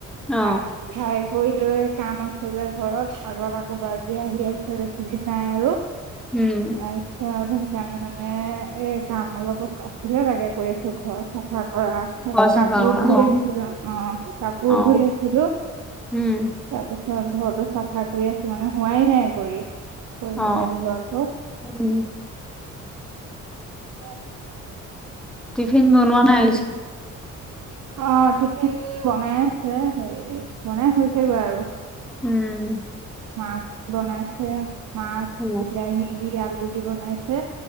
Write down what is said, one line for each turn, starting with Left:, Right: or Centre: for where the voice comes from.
Centre: অ
Right: হয় হয় কৰি লৈ কাম আছে যে ঘৰত আগৰ আকৌ বাৰ্থডে আহি আছে বেছি দিন নাই আৰু
Centre: উম
Right: আচ্ছা সেইকাৰণে মানে এ কাম অলপো আছিলে লাগে কৰি আছো ঘৰ চাফা কৰা
Centre: ঘৰ চাফা
Right: কাপোৰ
Centre: কৰা
Right: ধুই
Centre: অ
Right: আছিলো, অ কাপোৰ
Centre: অ
Right: ধুই আছিলো।
Centre: উম
Right: তাৰপিছত ঘৰতো চাফা কৰি আছো মানে হোৱাই নাই কৰি। কৰিব
Centre: অ অ
Right: লাগিব আকৌ।
Centre: উম
Right: উম
Centre: টিফিন বনোৱা নাই আহ
Right: অ টিফিন বনাই আছে হেৰি বনাই হৈছেগৈ আৰু।
Centre: উম
Right: মাছ বনাইছে, মাছ,
Centre: অ
Right: বিলাহী দি আল ৰুটি বনাইছে